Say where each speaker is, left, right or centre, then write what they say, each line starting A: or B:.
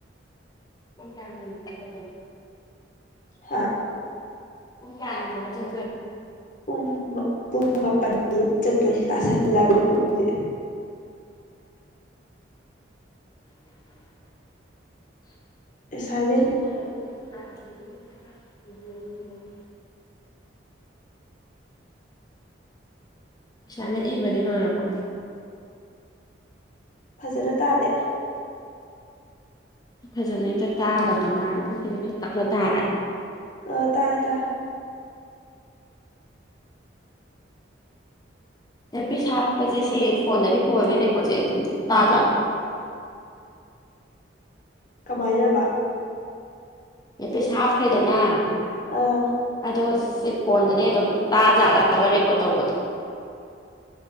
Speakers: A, on the left (about 20°); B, on the left (about 45°).
A: ꯑꯦꯅꯇ
B: ꯍꯥ
A: ꯎ ꯀꯅꯗ ꯆ
B: ꯄꯨꯡ ꯄꯨꯡ ꯃꯥꯄꯜ ꯆꯠꯇꯣꯏꯁꯤ ꯇꯥꯁꯂꯑꯕꯗꯤ ꯄꯨꯡꯗꯤ <inaudible>
A: ꯎꯝ ꯑꯣꯂ
B: ꯑꯦꯁꯥꯏꯟꯃꯦꯟ
A: <inaudible> ꯏꯁꯂꯥꯃꯤ ꯑꯩꯕꯗꯤ ꯂꯣꯏꯔꯕꯣ
B: ꯐꯖꯅ ꯇꯥꯗꯦ
A: ꯐꯖꯅ ꯍꯦꯛꯇ ꯇꯥꯗꯕ ꯃꯥꯗꯦꯕ ꯁꯤꯁ ꯈ ꯇꯞꯅ ꯇꯥꯕ꯭ꯔꯥ
B: ꯑ ꯇꯥ ꯇꯥ
A: ꯑꯦꯔ ꯄꯤꯁ ꯍꯥꯞꯄꯁꯦ ꯁꯤ ꯐꯣꯟꯗꯗꯤꯔꯤ ꯀꯣꯜꯗꯤ ꯂꯩꯀꯣ ꯁꯤ ꯑꯗꯨꯝ ꯇꯥꯖꯥꯠꯂ
B: ꯀꯃꯥꯏꯅꯅꯕ
A: ꯑꯦ ꯄꯁ ꯍꯥꯞꯈ꯭ꯔꯦꯗꯅ
B: ꯑꯥ
A: ꯑꯗꯣ ꯁꯤ ꯐꯣꯟꯗꯅꯦ ꯑꯗꯨꯝ ꯇꯥꯖꯥꯠꯂꯕ ꯔꯦꯀꯣꯔꯠ ꯇꯧꯕꯗꯣ